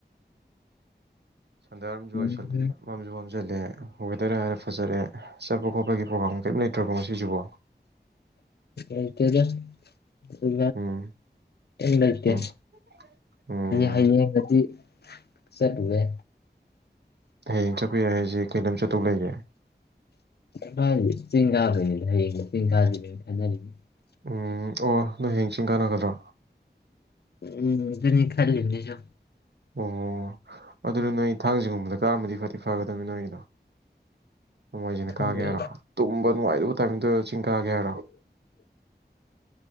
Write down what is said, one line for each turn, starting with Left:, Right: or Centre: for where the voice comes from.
Right: ꯁꯟꯋꯥꯏꯔꯝꯖꯨ
Left: ꯎꯝ
Right: ꯑꯣꯏꯁꯜꯂꯦ ꯃꯝꯖꯨ ꯐꯝꯖꯤꯜꯂꯦ ꯋꯦꯗꯔ ꯍꯥꯏꯔꯦ ꯐꯖꯔꯦ ꯆꯠꯄ ꯈꯣꯠꯄꯒꯤ ꯄ꯭ꯔꯣꯒꯥꯝ ꯀꯔꯤꯝ ꯂꯩꯇ꯭ꯔꯕꫭ ꯉꯁꯤ ꯁꯤꯕꯣ
Left: ꯂꯩꯇꯦꯗ ꯀꯝ
Right: ꯎꯝ
Left: ꯂꯩꯇꯦ
Right: ꯎꯝ
Left: ꯑꯩ
Right: ꯎꯝ
Left: ꯍꯌꯦꯡ ꯍꯌꯦꯡꯒꯗꯤ ꯁꯠꯂꯨꯔꯦ
Right: ꯍꯌꯦꯡ ꯆꯠꯄ ꯌꯥꯏ ꯍꯥꯏꯁꯦ ꯀꯩ ꯂꯝ ꯆꯠꯇꯧ ꯂꯩꯒꯦ
Left: ꯍ ꯆꯒꯥꯅꯤ ꯂꯩꯒꯥ
Right: ꯎ ꯑꯣ ꯅꯣꯏ ꯍꯌꯦꯡ ꯆꯤꯡ ꯀꯥꯟꯅꯒꯗ꯭ꯔꯣ
Left: ꯎꯝ ꯑꯗꯨꯅꯤ ꯈꯔ ꯍꯅꯤꯁꯨ
Right: ꯑꯣ ꯑꯗꯨꯗ ꯅꯣꯏ ꯊꯥꯡꯖꯒꯨꯝꯕꯗ ꯀꯛꯑꯝꯃꯗꯤ ꯐꯗꯤ ꯐꯒꯗꯅꯤ ꯅꯣꯏꯒꯤꯗꯣ ꯅꯣꯡꯃꯥꯏꯖꯁꯤꯅ
Left: ꯈꯪꯗꯦ
Right: ꯀꯥꯒꯦ ꯍꯥꯏꯔꯣ ꯇꯨꯝꯕ ꯅꯨꯡꯉꯥꯏꯗꯕ ꯇꯥꯏꯃꯤꯡꯗꯨꯣ ꯆꯤꯡꯒꯥꯒꯔꯥ